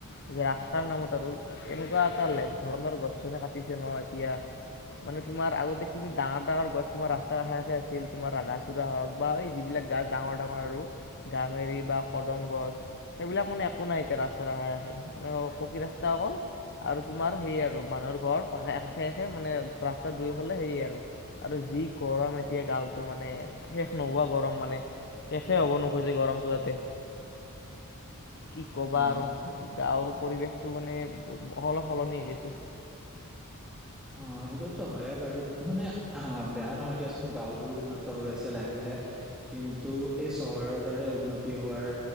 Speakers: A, on the left; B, in the centre.
A: যে ৰাস্তাৰ নামত আৰু এনেকুৱা এটা লে ধৰণৰ গছ চনি কাটিছে নহয় এতিয়া- মানে তোমাৰ আগতে কিমি ডাঙৰ ডাঙৰ গছ তোমাৰ ৰাস্তাৰ কাষে কাষে আছিল তোমাৰ ৰাধা চড়া হওক বা এই যিবিলাক গছ- ডাঙৰ ডাঙৰ আৰু গামেৰি বা কদম গছ সেইবিলাক মানে- কোনাই এতিয়া ৰাস্তাৰ ৰাহে আহে মানে পকী ৰাস্তা অকল- আৰু তোমাৰ সেয়ে আৰু মানুহৰ ঘৰ পাষে আষে একে মানে ৰাস্তাত দুই ফালে সেয়ে আৰু। আৰু যি গৰম এতিয়া গাঁওতো মানে শেষ নোহোৱা গৰম মানে। শেষে হ'ব নোখোজে গৰমটো যাতে। কি ক'বা
B: অ'।
A: আৰু গাঁৱৰ পৰিৱেশটো মানে সল সলনি গৈছে।
B: অ সেইটোতো হয়য়ে বাৰু মানে বেয়া নহয় দিয়াচোন গাঁওবোৰো উন্নত হৈ আছে লাহে লাহে। কিন্তু এই চহৰৰ দৰে উন্নতি হোৱাৰ।